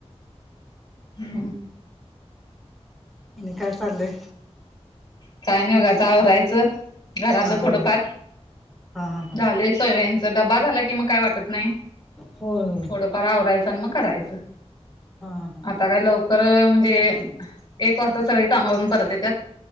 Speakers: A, on the left (about 35°); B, in the centre.
A: हम्म
B: आणि काय चाललंय?
A: आणि काही नाही बघा आवरायचं घरातलं
B: हा
A: थोडंफार
B: हा हा हा
A: झाले. डबा झाला की मग काय वाटतं नाही.
B: होय होय
A: थोडंफार आवरायचं आणि मग करायचं
B: हा हा
A: आता काय लव खरं म्हणजे एक वाजता सगळी कामावरून परत ये त्यात